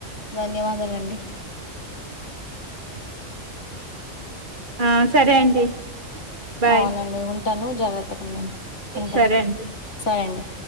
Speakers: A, on the left; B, on the right.
A: ధన్యవాదాలండి
B: ఆ సరే అండి బాయ్
A: అవునండి ఉంటాను జాగ్రత్త ఉండండి ఉంటాను
B: సరే అండి
A: సరే అండి